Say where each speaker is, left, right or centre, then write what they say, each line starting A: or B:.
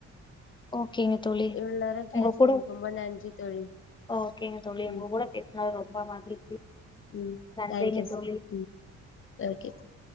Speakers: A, on the left (about 15°); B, on the left (about 40°).
A: ஓகேங்க தோழி
B: இவ்ளோ நேரம்
A: உங்க
B: பேசுனதுக்கு
A: கூட
B: ரொம்ப நன்றி தோழி
A: ஓகேங்க தோழி
B: ம்
A: உங்க கூட பே நா ரொம்ப மகிழ்ச்சி
B: ம்
A: நன்றிங்க
B: தேங்க்யூ
A: தோழி
B: ம் ஓகே தோ